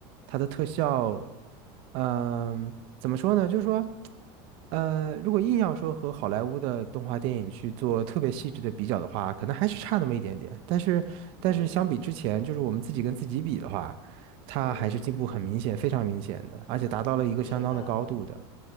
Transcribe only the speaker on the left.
嗯
嗯，
是的，